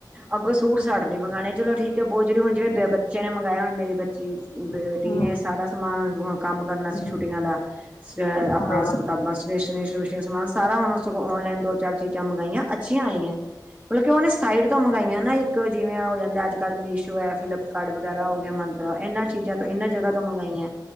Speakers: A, on the right (about 20°); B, on the left (about 85°).
A: ਅੱਗੋਂ ਸੂਟ ਸਾਡੇ ਮੰਗਉਣੇ, ਚਲੋ ਠੀਕ ਹੈ ਬਹੁਤ ਜਿਵੇਂ, ਬੱਚੇ ਨੇ ਮੰਗਵਾਇਆ ਮੇਰੀ ਬ ਜੀ ਬੇਟੀ
B: ਹਾਂ
A: ਨੇ, ਸਾਰਾ ਸਮਾਨ ਕੰਮ, ਕਰਨਾ ਸੀ,
B: ਹਾਂ
A: ਛੁੱਟੀਆਂ ਦਾ ਅ ਆਪਣਾ
B: ਹਾਂ
A: ਕਿਤਾਬਾਂ ਸ੍ਰੇਸ਼ਨ ਸਮਾਨ ਸਾਰਾ ਸਗੋਂ, ਔਨਲਾਈਨ ਦੋ ਚਾਰ ਚੀਜ਼ਾਂ, ਮੰਗਾਈਆਂ ਅੱਛੀਆਂ ਆਈਆਂ ਮਤਲਬ ਕਿ, ਉਹਨੇ ਸਾਈਡ ਤੋਂ ਮੰਗਾਈਆਂ ਨਾ ਇੱਕ ਔ ਜਿਵੇਂ ਹੋ ਜਾਂਦਾ, ਅੱਜ- ਕੱਲ ਮੀਸ਼ੋ ਫਲਿਪਕਾਰਟ ਵਗ ਵਗੈਰਾ ਹੋ ਗਏ ਮੰਤਰਾ, ਇਹਨਾਂ ਚੀਜ਼ਾਂ ਤੋਂ ਇਹਨਾਂ ਜਗ੍ਹਾ ਤੋਂ ਮੰਗਾਈਆਂ